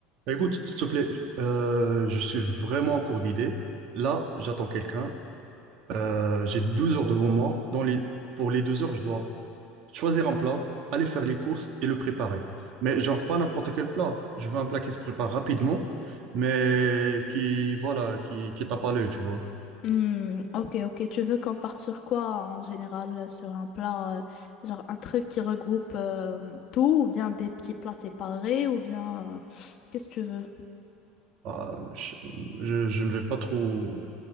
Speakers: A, on the right; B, on the left.
A: Bah, Écoute, s'il te plaît, euh, je suis vraiment en cours d'idée. Là, j'attends quelqu'un. Euh, j'ai 12 heures devant moi. Dans les... Pour les 12 heures, je dois choisir un plat, aller faire les courses et le préparer. Mais genre, pas n'importe quel plat. Je veux un plat qui se prépare rapidement, mais qui, voilà, qui, qui tape à l'œil, tu vois.
B: Hmm, ok, ok. Tu veux qu'on parte sur quoi en général? euh, Sur un plat, euh, genre un truc qui regroupe euh, tout, ou bien des petits plats séparés, ou bien euh, qu'est-ce que tu veux?
A: Ah, je, je- je ne vais pas trop...